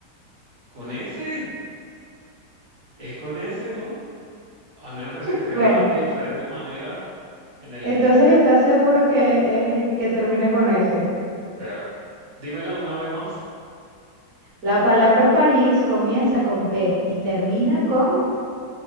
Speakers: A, on the right; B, on the right.
A: ¿Con ese? Es con ese, ¿no? A menos que se escriba
B: Bueno,
A: de diferente manera en el...
B: Entonces, ¿estás seguro que es el que termina con ese?
A: Espera, dímela una vez más.
B: La palabra París comienza con P y termina con...